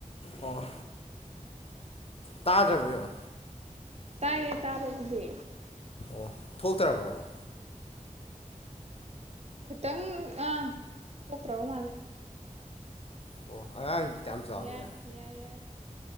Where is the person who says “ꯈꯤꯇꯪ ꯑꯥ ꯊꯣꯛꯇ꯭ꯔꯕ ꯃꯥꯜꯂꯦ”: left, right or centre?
Right